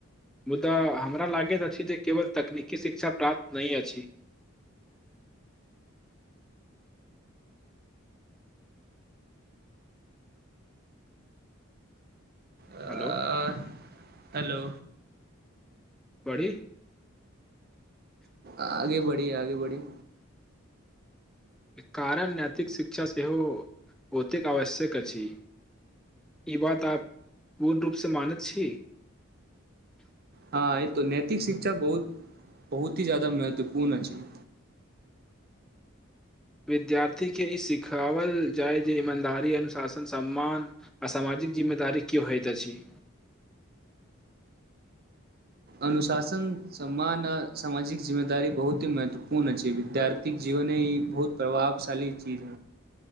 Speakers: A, in the centre; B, on the right.
A: मुदा हमरा लागैत अछि जे केवल तकनीकी शिक्षा प्राप्त नहि अछि <inaudible>
B: आ,
A: हेलो
B: हेलो
A: बरी
B: आगे बढ़ी आगे बढ़ी
A: कारण नैैतिक शिक्षा सेहो बहुतेक आवश्यक अछि ई बात आप पूर्ण रूप से मानैत छी
B: हँ ई तो नैतिक शिक्षा बहुत बहुत ही जादा महत्वपूर्ण अछि
A: विद्यार्थी के ई सिखाओल जाय जे ईमानदारी अनुशासन सम्मान असामाजिक जिम्मेदारी की होइत अछि
B: अनुशासन सम्मान आ सामाजिक जिम्मेदारी बहुत ही महत्वपूर्ण अछि विद्यार्थीक जीवन दुने ई बहुत प्रभावशाली चीज